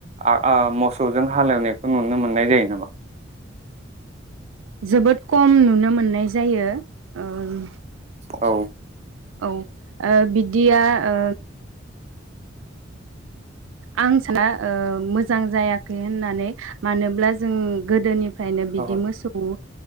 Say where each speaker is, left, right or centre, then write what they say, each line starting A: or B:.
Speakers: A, on the right (about 35°); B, on the right (about 85°).
A: आ आ मसौजों हालेवनायखौ नुनो मोननाय जायो नामा?
B: जोबोद खम नुनो मोननाय जायो ओम
A: औ
B: औ ओ बिदिया ओ आं साना ओ मोजां जायाखै होननानै मानोब्ला जों गोदोनि फ्रायनो बिदि
A: औ
B: मोसौ ओ